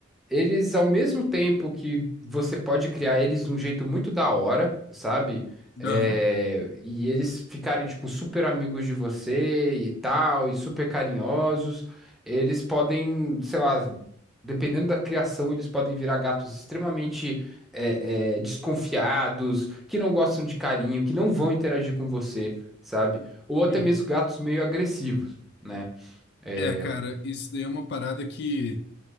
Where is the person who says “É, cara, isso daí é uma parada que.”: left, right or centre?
Left